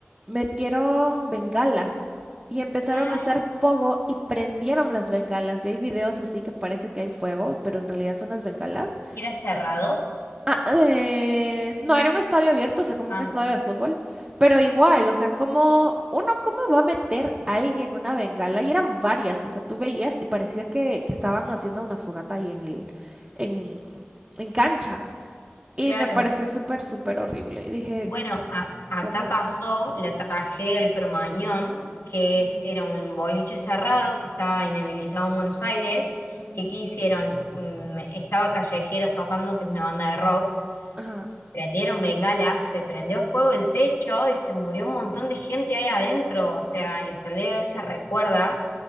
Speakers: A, on the right (about 20°); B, on the left (about 75°).
A: metieron bengalas y empezaron
B: Ay,
A: a hacer pogo y prendieron las bengalas. Y hay videos así que parece que hay fuego, pero en realidad son las bengalas.
B: ¿era cerrado?
A: Ah, eh, no era un estadio abierto, o sea, como
B: Ah,
A: un estadio de fútbol, pero igual, o sea, como uno, ¿cómo va a meter a alguien una bengala? Y eran varias, o sea, tú veías y parecía que, que estaban haciendo una fogata ahí en el, en, en cancha. Y
B: claro.
A: me pareció súper, súper horrible. Y dije,
B: Bueno, a- acá
A: ¿cómo?
B: pasó la tragedia del Cromañón, que
A: Ujú,
B: es, era un boliche cerrado que estaba inhabilitado en Buenos Aires,
A: ujú,
B: que ¿qué hicieron? Mm, estaba Callejeros tocando, que es una banda de rock
A: Ajá,
B: Prendieron bengalas, se prendió fuego el techo y se murió un montón de gente ahí adentro. O sea, y hasta el día de hoy se recuerda